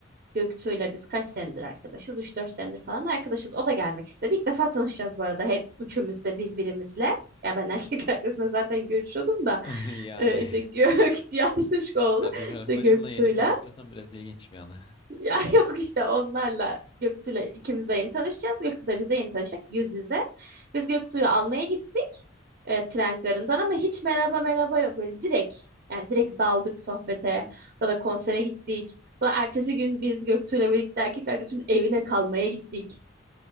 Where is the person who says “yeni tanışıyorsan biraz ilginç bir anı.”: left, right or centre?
Left